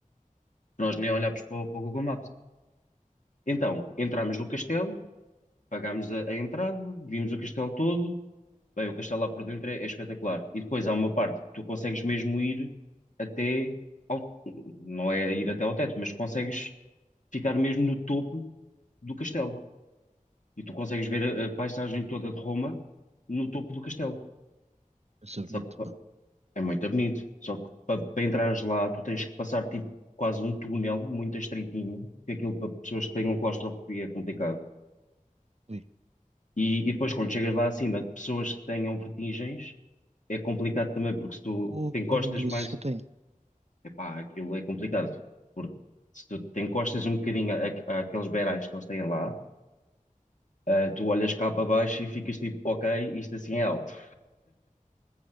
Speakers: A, on the left; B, on the right.
A: Nós nem olhámos para o, para o Google Maps. Então, entrámos no castelo, pagámos a, a entrada, vimos o castelo todo, Bem, o castelo lá por dentro é, é espetacular. E depois há uma parte que tu consegues mesmo ir até ao, não é ir até ao teto, mas consegues ficar mesmo no topo do castelo. E tu consegues ver a, a paisagem toda de Roma no topo do castelo.
B: Deve ser
A: Só
B: bonito,
A: que pá,
B: pá.
A: é muito bonito. Só que para, para entrares lá, tu tens que passar tipo quase um túnel muito estreitinho, que é aquilo para pessoas que tenham claustrofobia é complicado.
B: Ui.
A: E, e depois quando chegas lá acima, pessoas que tenham vertigens, é complicado também, porque se tu
B: Oh,
A: te encostas
B: não me digas
A: mais
B: isso que eu tenho.
A: Epá, aquilo é complicado, porque se tu te encostas um bocadinho a, a- àqueles beirais que eles têm lá, ah, tu olhas cá para baixo e ficas tipo, ok, isto assim é alto.